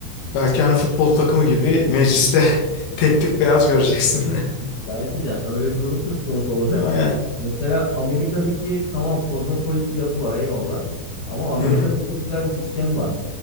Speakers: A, on the left (about 85°); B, on the left (about 65°).
A: belki hani futbol takımı gibi mecliste <laughs> tek tük beyaz göreceksin. <laughs>
B: Belki de yani öyle bir durum söz konusu olacak.
A: Aynen.
B: Mesela Amerika'daki tamam kozmopolit bir yapı var eyvallah. Ama Amerika'da
A: Hı hı.
B: çok güzel bir sistem var.